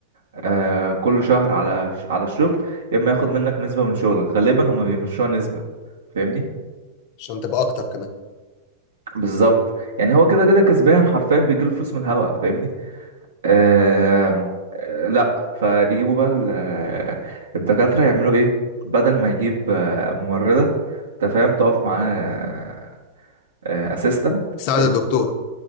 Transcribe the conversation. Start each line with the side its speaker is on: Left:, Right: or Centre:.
Right: آه كل شهر على على الشغل يا اما ياخد منك نسبة من شغلك غالبا هما بيمشوها نسبة فاهمني
Left: عشان تبقى اكتر كمان
Right: بالظبط يعني هو كده كده كسبان حرفيا بيجيله فلوس من الهوا فاهمني آم، آه لا فيجيبوا بقى ال- آه، الدكاترة يعملوا ايه بدل ما يجيب آه، ممرضة انت فاهم تقف معاه اسيستنت
Left: تساعد
Right: فاهم
Left: الدكتور